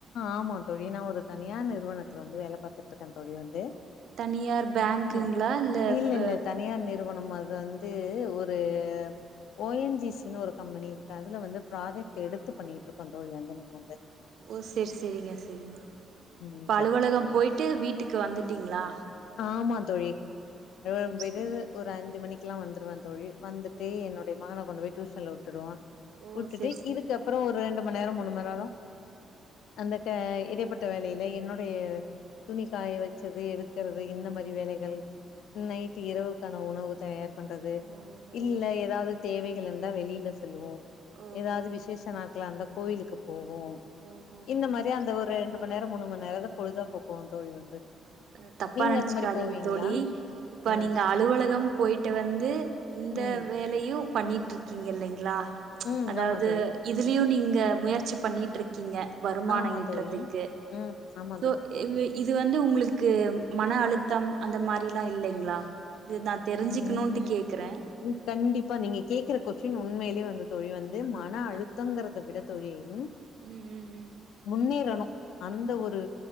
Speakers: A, on the left; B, on the right.
A: ஆமா தோழி நான் ஒரு தனியார் நிறுவனத்துல வந்து வேல பாத்துட்டு இருக்கேன் தோழி வந்து
B: தனியார் பேங்க்குங்களா
A: ம்
B: இல்ல
A: இல்லல்ல
B: ப
A: தனியார் நிறுவனம் மார்தா ஒரு ஓ என் ஜி சினு ஒரு கம்பெனி இருக்கு அதுல வந்து ப்ராஜெக்ட் எடுத்து பண்ணிகிட்ருக்கோ தோழி வந்து
B: ஓ சேரி சேரிங்க சேரிங்க
A: ம்
B: இப்ப
A: சரிங்க
B: அலுவலகம்
A: தோழி
B: போய்ட்டு வீட்டுக்கு வந்துட்டீங்ளா
A: ஆமா தோழி இந்துது
B: செரி செரி
A: ஒரு அஞ்சு மணிக்குலா வந்துருவ தோழி வந்துட்டு
B: ஓ
A: என்னோட மகன கொண்டு போய் டியூஷன்ல உட்டுடுவ
B: ஓ
A: உட்டுட்டு
B: செரி
A: இதுக்
B: செரி
A: அதுக்கப்றோ ஒரு ரெண்டு மண்நேரோ மூணுமண்நேரோ அந்த க இடைப்பட்ட வேலைல என்னுடைய துணி காய வச்சது எடுக்கறது இந்த மாரி வேலைகள் நைட்டு இரவுக்கான உணவு தயார் பண்றது
B: ஓஹோ
A: இல்ல எதாது தேவைகளிருந்தா வெளில சொல்லுவோ
B: ஓஹோ
A: எதாது விசேஷ நா ட்களாந்த கோயிலுக்கு போவோ
B: ஓஹோஹோ
A: இந்த மாரி
B: செரி
A: அந்த
B: செரி
A: ஒரு ரெண்டு மண்நேரோ மூணு மண்நேரோ தா பொழுதா போக்குவோ தோழி வந்து
B: அ தப்பா
A: நீங்க
B: நனச்சிக்காதீங்க
A: அந்த மாரி போவீங்களா
B: தோழி இப்ப
A: ஆ
B: நீங்க அலுவலகம் போய்ட்டு வந்து இந்த
A: ம்
B: வேலயு பண்ணிட்ருக்கீங்இல்லைங்ளா
A: ம்
B: அதாவது
A: ஆமா தோழி
B: இதுலியு நீங்க முயற்சி பண்ணிட்ருக்கீங்க வருமானோ
A: ஆமா
B: ஈட்றதுக்கு
A: தோழி ம் ஆம்
B: சோ இவி இது வந்து உங்ளுக்கு மன அழுத்தம் அந்த மாரில்லா இல்லைங்ளா இது நா தெரிஞ்சுக்கணுன்ட்டு
A: ம்
B: கேக்குறே
A: கண்டிப்பா நீங்க கேக்குற கொஸ்டின் உண்மையிலே வந்து தோழி வந்து மன அழுத்தங்கறத
B: ஆ
A: விட தோழியையும்
B: ம் ம் ம்
A: முன்னேறணு அந்த ஒரு